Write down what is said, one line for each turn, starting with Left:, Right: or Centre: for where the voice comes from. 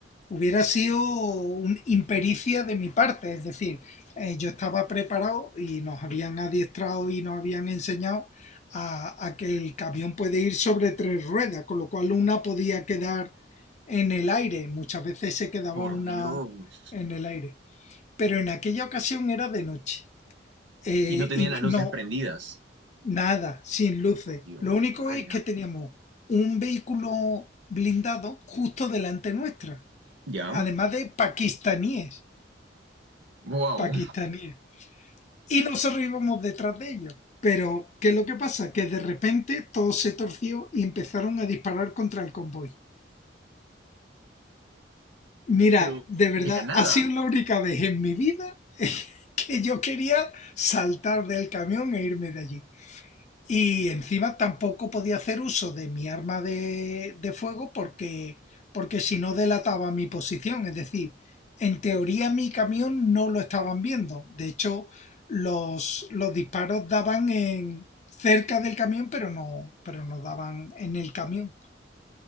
Left: hubiera sido un impericia de mi parte, es decir, eh, yo estaba preparado y nos habían adiestrado y nos habían enseñado a, a que el camión puede ir sobre tres ruedas, con lo cual una podía quedar en el aire, muchas veces se quedaba
Right: por
Left: una
Right: Dios.
Left: en el aire, pero en aquella ocasión era de noche. Eh,
Right: Y no tenían
Left: y
Right: las luces
Left: no,
Right: prendidas.
Left: Nada, sin luces.
Right: Por Dios,
Left: Lo único
Right: ¡hala!
Left: es que teníamos un vehículo blindado justo delante nuestra,
Right: ¿Ya?
Left: además de pakistaníes,
Right: ¡Wow!
Left: pakistaníes. Y nosotros íbamos detrás de ellos. Pero, ¿qué es lo que pasa? Que de repente todo se torció y empezaron a disparar contra el convoy. Mira,
Right: Pero
Left: de verdad,
Right: de la nada.
Left: ha sido la única vez en mi vida que yo quería saltar del camión e irme de allí. Y encima tampoco podía hacer uso de mi arma de, de fuego porque, porque si no delataba mi posición. Es decir, en teoría mi camión no lo estaban viendo. De hecho, los, los disparos daban en, cerca del camión, pero no, pero no daban en el camión.